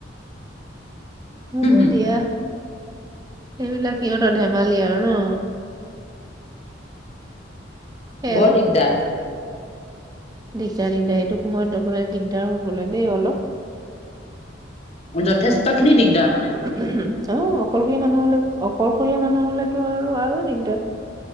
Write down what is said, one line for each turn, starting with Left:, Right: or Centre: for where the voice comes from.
Right: হয়
Left: হুম হুম
Right: দিয়া। সেইবিলাক সিহঁতৰ ধেমালি আৰু ন। খেল
Left: বৰ দিগদাৰ।
Right: দিগদাৰ দিগদাৰ এইটো সময়ত অকলে দিগদাৰ শুবলৈ দিগদাৰ অলপ।
Left: যথেষ্ট খিনি দিগদাৰ মানে।
Right: অহ অকলশৰীয়া মানুহ হলে অকলশৰীয়া মানুহ হলেতো আৰু দিগদাৰ।